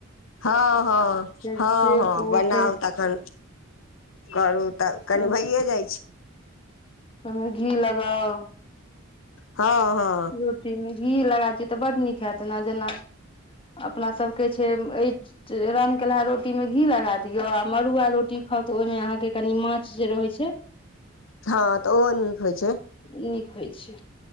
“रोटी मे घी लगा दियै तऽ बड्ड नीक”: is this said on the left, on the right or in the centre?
Left